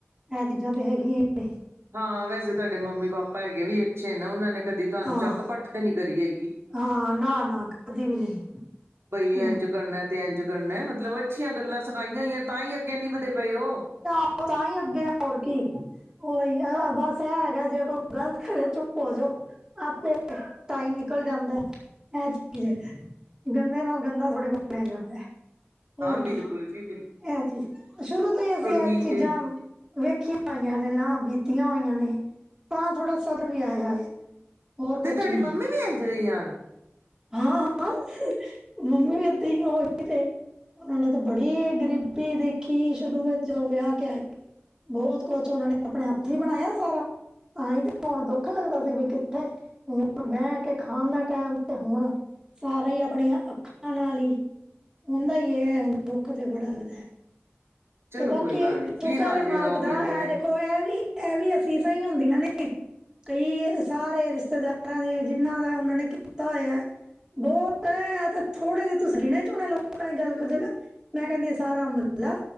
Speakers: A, on the right (about 15°); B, on the right (about 65°).
A: ਇਹ ਚੀਜ਼ਾਂ ਤੇ ਹੈਗੀਆਂ ਹੀ ਨੇ
B: ਹਾਂ ਵੈਸੇ ਤੁਹਾਡੇ ਮੰਮੀ ਪਾਪਾ ਹੈਗੇ ਵੀ ਅੱਛੇ ਨੇ ਉਹਨਾਂ ਨੇ ਕਦੀ ਤੁਹਾਨੂੰ
A: ਹਾਂ
B: ਚੱਕ ਪੱਟ ਤੇ ਨੀ ਕਰੀ ਹੈਗੀ।
A: ਹਾਂ ਨਾ ਨਾ ਕਦੀ ਵੀ ਨਹੀਂ
B: ਬਈ
A: ਹਾਂ,
B: ਏਂਜ ਕਰਨਾ ਤੇ ਏਜ ਕਰਨਾ ਮਤਲਬ ਅੱਛੀਆਂ ਗੱਲਾਂ ਸਖਾਈਆਂ ਹੋਈਆਂ ਤਾਂਹੀ ਅੱਗੇ ਨਿਬਦੇ ਪਏ ੳ
A: ਤੇ ਤਾਂ ਹੀ ਅੱਗੇ ਹੋਰ ਕੀ ਉਹੀ ਹਾਂ ਬਸ ਇਹ ਹੈਗਾ ਜੇ ਕੋਈ ਗ਼ਲਤ ਕਰੇ ਚੁੱਪ ਹੋ ਜੋ। ਆਪੇ ਟਾਈਮ ਨਿਕਲ ਜਾਂਦਾ ਇਹ ਚੀਜ਼ ਐ ਗੰਦੇ ਨਾਲ ਗੰਦਾ ਥੋੜੀ ਬਣੇਆ ਜਾਂਦਾ। ਹੋਰ
B: ਹਾਂ
A: ਕੀ
B: ਬਿਲਕੁਲ ਜੀ ਬਿ
A: ਇਹ ਚੀਜ਼ ਸ਼ੁਰੂ ਤੋਂ ਹੀ ਅਸੀ ਇਹ
B: ਠੀਕ
A: ਚੀਜ਼ਾਂ
B: ਹੈ
A: ਵੇਖੀਆਂ ਹੋਈਆਂ ਨੇ ਨਾ ਬੀਤੀਆਂ ਹੋਈਆਂ ਨੇ ਤਾਂ ਥੋੜਾ ਸਬਰ ਵੀ ਆਇਆ ਹੋਇਆ। ਹੋਰ
B: ਤੇ
A: ਕੋਛ
B: ਤੁਹਾਡੀ
A: ਨੀ।
B: ਮੰਮੀ ਵੀ ਅੰਜਦੀਹੀਆਂ <unintelligible> <unintelligible>
A: ਹਾਂ ਹਾਂ ਮੰਮੀ ਏਦਾਂ ਹੋ ਗਈ ਤੇ <unintelligible> <unintelligible> ਉਹਨਾਂ ਨੇ ਤੇ ਬੜੀ ਗਰੀਬੀ ਦੇਖੀ ਸ਼ੁਰੂ ਵਿੱਚ ਜਦੋਂ ਵਿਆਹ ਕੇ ਆਏ ਬੋਤ ਕੁਛ ਉਹਨਾਂ ਨੇ ਅਪਣੇ ਹੱਥੀਂ ਬਣਾਇਆ ਸਾਰਾ ਤਾਂ ਹੀ ਤੇ ਹੋਣ ਦੁੱਖ ਲੱਗਦਾ ਸੀ ਵੀ ਕਿੱਥੇ ਹ ਬਹਿ ਕੇ ਖਾਨ ਦਾ ਟਾਇਮ ਤੇ ਹੁਣ ਸਾਰੇ ਈ ਆਪਣੀਆਂ ਅੱਖਾਂ ਨਾਲ ਈ ਹੁੰਦਾ ਈ ਐ ਦੁੱਖ ਤੇ ਬੜਾ ਲੱਗਦਾ। ਤੇ
B: ਚਲੋ
A: ਬਾਕੀ
B: ਕੋਈ ਗੱਲ ਨੀ
A: ਟੁਕਰ
B: ਫਿਰ ਆ
A: ਐ
B: ਜਾਏਗਾ
A: ਮਾਲਕ
B: ਉਹ
A: ਦਾ
B: ਵਜੇ
A: ਇਹ
B: ਟਾਈਮ
A: ਦੇਖੋ ਇਹ ਵੀ ਇਹ ਵੀ ਅਸੀਸਾਂ ਹੀ ਹੁੰਦੀਆਂ ਨੇ। ਕਈ ਸਾਰੇ ਰਿਸ਼ਤੇਦਾਰਾਂ ਦੀਆਂ ਜਿੰਹਨਾਂ ਦਾ ਉਹਨਾਂ ਨੇ ਕੀਤਾ ਹੋਇਆ। ਬੋਤ ਇਹ ਤੇ ਥੋੜੇ ਜਿਹੇ ਤੁਸੀਂ ਗਿਣੇ ਚੁਣੇ ਲੋਕਾਂ ਦੀ ਗੱਲ ਕਰਦੇ ਪੈ ੳ ਮੈਂ ਕਹਿੰਦੀ ਆ ਸਾਰਾ ਮਹੱਲਾ